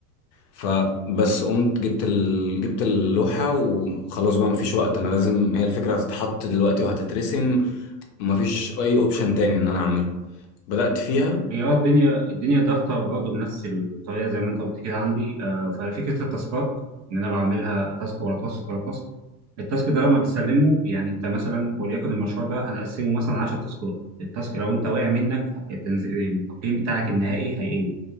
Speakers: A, on the left; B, on the right.
A: فبس قمت جبت ال... جبت اللوحة وخلاص بقى مفيش وقت انا لازم هي الفكرة هتتحط دلوقتي وهتترسم مفيش اي اوبشن تاني ان انا اعمله بدأت فيها
B: هي اه الدنيا الدنيا ضغطة برضه بنفس الطريقة زي ما انت قلت كده عندي آه ففكرة التاسكات ان انا بعملها تاسك ورا تاسك ورا تاسك التاسك ده لما بتسلمه يعني انت مثلا وليكن المشروع ده هنقسمه مثلا 10 تاسكات التاسك لو انت وقع منك التنزي- التقييم بتاعك النهائي هيقل